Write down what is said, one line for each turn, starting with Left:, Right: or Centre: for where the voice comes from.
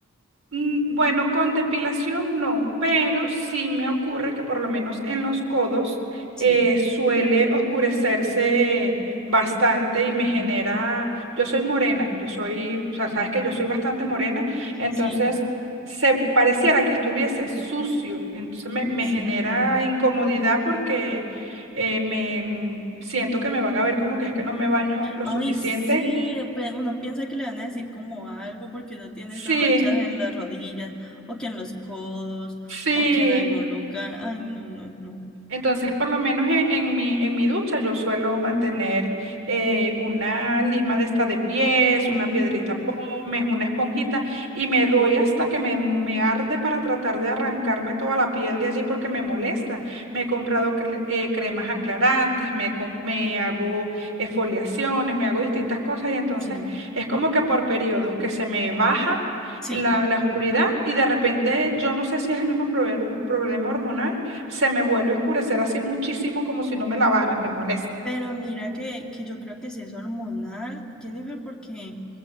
Right: Mm, Bueno, con depilación no, pero sí me ocurre que por lo menos en los codos
Centre: Sí.
Right: eh, suele oscurecerse bastante y me genera, yo soy morena, yo soy, o sea, sabes que yo
Centre: Ujú,
Right: soy bastante morena, entonces
Centre: Sí,
Right: se pareciera que estuviese sucio, entonces me, me
Centre: sí.
Right: genera incomodidad porque eh, me mm, siento que me van a ver como que es que no me baño lo
Centre: Ay,
Right: suficiente.
Centre: sí, eh, pe- uno piensa que le van a decir como algo porque uno tiene estas
Right: Sí,
Centre: manchas en las rodillas o que en los codos
Right: sí.
Centre: o que en algún lugar. Ay, no, no, no.
Right: Entonces, por lo menos en, en mi, en mi ducha, yo suelo mantener eh, una lima de esta de pies, una
Centre: Mm,
Right: piedrita pómez, una esponjita, y me doy hasta que me, me arde para tratar de arrancarme toda la piel de allí porque me molesta. Me he comprado cre- eh, cremas aclarantes, me, com- me hago exfoliaciones, me hago distintas cosas, y entonces
Centre: sí,
Right: es como que por periodos que se me baja.
Centre: sí.
Right: La, la oscuridad y de repente yo no sé si es el mismo prober- problema hormonal se me vuelve a oscurecer así muchísimo como si no me lavara y me molesta.
Centre: Pero mira que, que yo creo que sí es hormonal, Jennifer, porque